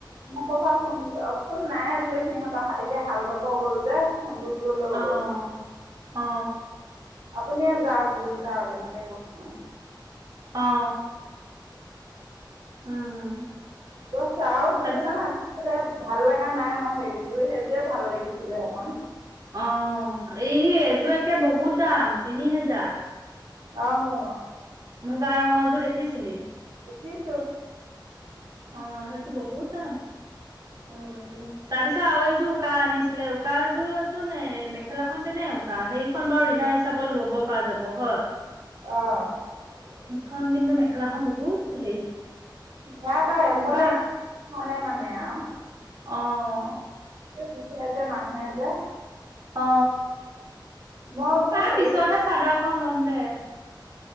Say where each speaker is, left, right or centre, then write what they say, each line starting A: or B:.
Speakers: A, on the right (about 90°); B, on the right (about 50°).
A: ম ক'বা ফোন ফোন নাই বোলে সিহঁতৰ এতিয়া হাল বাপ গ'ল যে ফোনটো বোলো লৈ
B: আহ
A: গ'ল
B: অ
A: আপুনিে যাওক বোলো যাওক এনেকে কচোন
B: অ উম
A: বছ আও দুজন
B: আজি
A: মান আন আছিলে ভাল লগা নাই মই সেইযোৰ সেইতোৱে ভাল লাগিছিলে এখন
B: অ এই এযোৰ তাকে বহুত দাম তিনি হেজাৰ।
A: অহ,
B: মুগা ৰঙৰযোৰ দেখিছিলি।
A: নিছো,
B: অ সেইটো বহুত দাম।
A: উম,
B: তাৰপিছত আৰু এযোৰ উকাহ আনিছিলে। উকাযোৰ ছোন মেখেলাখন তেনে উকা সেইখন বাৰু ৰিহা হিচাপত লব পৰা যাব হয়।
A: অহ,
B: সেই খন কিন্তু মেখেলাখন বহুত হেৰি
A: সেইটোৱে আৰু
B: উকা
A: সদাই নানে মানে আৰু।
B: অ,
A: ত গুখাই আছে মানুহ এ যে,
B: অ,
A: মই বোলো
B: ত
A: হেৰি
B: পিছতহে চাদৰ এখন ল'ম দে। <unintelligible>